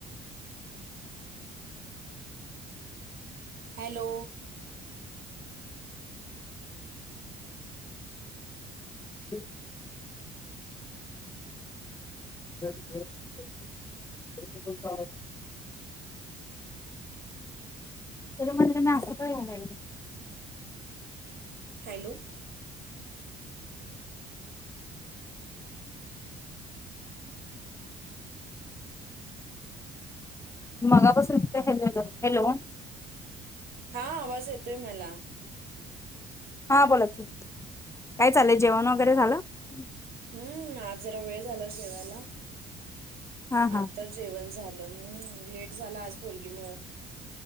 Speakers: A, on the right (about 60°); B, on the left (about 15°).
A: हॅलो
B: <inaudible> तुझ्या म्हण्या नाही होणार <inaudible>
A: हॅलो
B: मगापासून <inaudible> हॅलो
A: हां आवाज येतोय मला
B: हा बोला ठीक काय चाललंय जेवण वगैरे झालं हम्
A: हम्म आज जरा वेळ झाला जेवायला
B: हा हा
A: आत्ता जेवण झालं हम्म लेट झाला आज पोरगी मुळ